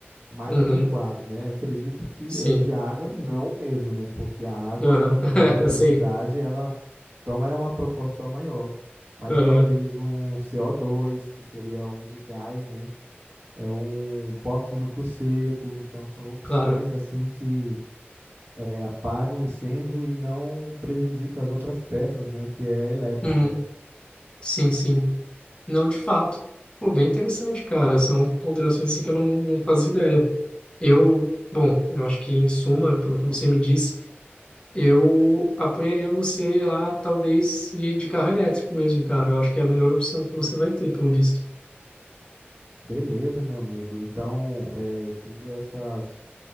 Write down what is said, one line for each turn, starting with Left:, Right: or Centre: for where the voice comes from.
Right: mais
Left: Uhum,
Right: adequado, né? Eu acredito que
Left: sim,
Right: eh, de água não mesmo, né? Porque a água
Left: uhum.
Right: junto com a eletricidade,
Left: <laughs> Sim,
Right: ela toma é uma proporção maior. Mas
Left: uhum,
Right: talvez um CO2, que seria o de gás, né? É um pó químico seco, então são opções
Left: claro.
Right: assim que eh, apagam o incêndio e não prejudica as outras peças, né? Que é a elétrica.
Left: Uhum, sim, sim. Não, de fato. Pô, bem interessante, cara. São ponderações assim que eu não, não fazia ideia. Eu, bom, eu acho que em suma, pelo que você me disse, eu apoiaria você a talvez ir de carro elétrico mesmo, cara. Eu acho que é a melhor opção que você vai ter, pelo visto.
Right: Beleza, meu amigo. Então, eh, tendo essas,